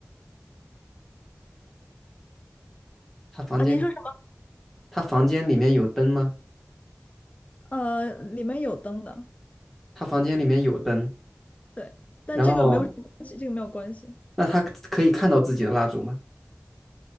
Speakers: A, in the centre; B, on the left.
A: 他房间
B: 啊？您说。
A: 他房间里面有灯吗？
B: 呃，里面有灯的，
A: 他房间里面有灯，
B: 对，但这个没有什么关系，
A: 然后
B: 这个没有关系。
A: 那他可以看到自己的蜡烛吗？